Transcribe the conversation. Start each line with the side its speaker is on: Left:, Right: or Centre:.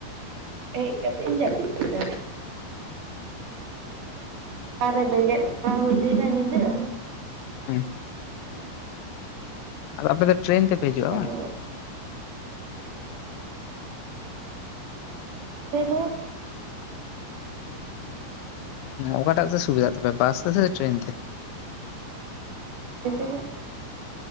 Right: ᱦᱮᱡ ᱠᱟᱛᱮᱜ ᱤᱧ ᱡᱟᱹᱯᱤᱫ ᱠᱮᱫᱟ ᱟᱨᱚ <unintelligible> ᱨᱮ ᱵᱮᱸᱜᱮᱫ ᱦᱩᱭ ᱵᱟᱲᱟ ᱞᱮᱱᱟ ᱧᱤᱫᱟᱹ
Left: ᱦᱩᱸ ᱟᱫᱚ ᱟᱯᱮ ᱫᱚ ᱴᱨᱮᱱ ᱛᱮᱯᱮ ᱦᱤᱡᱩᱜᱼᱟ
Right: ᱟᱫᱚ
Left: ᱵᱟᱝ
Right: ᱛᱟᱹᱭ ᱨᱮᱦᱚᱸ
Left: ᱚᱠᱟᱴᱟᱜ ᱛᱮ ᱥᱩᱵᱤᱫᱷᱟᱜ ᱛᱟᱯᱮ, ᱵᱟᱥ ᱛᱮᱥᱮ ᱴᱨᱮᱱ ᱛᱮ
Right: ᱡᱷᱚᱛᱚ ᱜᱮ